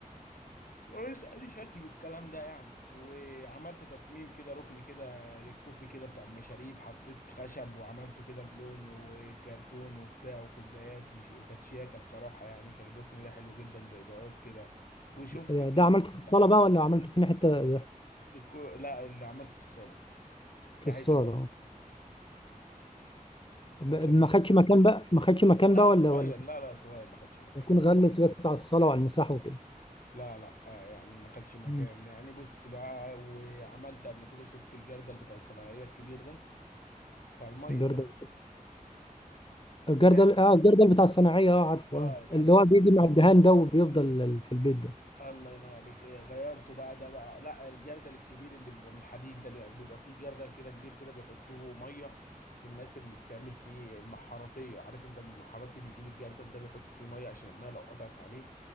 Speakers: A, on the left; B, on the left.
A: ولسه لي شكل والكلام ده يعني وعملت تصميم كده ركن كده للكوفي كده بتاع المشاريب حطيت خشب وعملته كده بلون وكرتون وبتاع وكوبايات وش- وكانت شياكة بصراحة يعني كان الركن ده حلو جدا بإضاءات كده وشفت
B: ده
A: الجرد
B: عملته
A: بتاع
B: في الصالة بقى ولا عملته في حتة
A: الكو... لا اللي عملته في الصالة
B: في
A: ناحية
B: الصالة
A: المطبخ
B: ب-
A: كان شكله
B: ما
A: بالشكل
B: خدش مكان
A: ده
B: بقى ما خدش مكان
A: لا
B: بقى ولا
A: صغير
B: ولا
A: لا لا صغير ما خدش مكان
B: يكون غلس بس على الصالة وعلى المساحة وكده
A: لا لا آه يعني ما خدش مكان
B: مم.
A: يعني بص بقى وعملت قبل كده شفت الجردل بتاع الصناعية الكبير ده بتاع المية
B: الجردل
A: ده بس
B: الجردل
A: انا عارف
B: اه الجردل بتاع الصناعية اه عارفه
A: اه
B: اه
A: الحديد
B: اللي هو بيجي مع الدهان ده وبيفضل في البيت ده
A: الله ينور عليك إيه غيرته بقى ده بقى لا الجردل الكبير اللي بيبقى من الحديد ده بيبقى بيبقى فيه جردل كده كبير كده بيحطوه ميه الناس اللي بتعمل فيه المحاراتيه عارف انت المحاراتي بيجيب الجردل ده بيحط فيه ميه عشان الميه لو قطعت عليه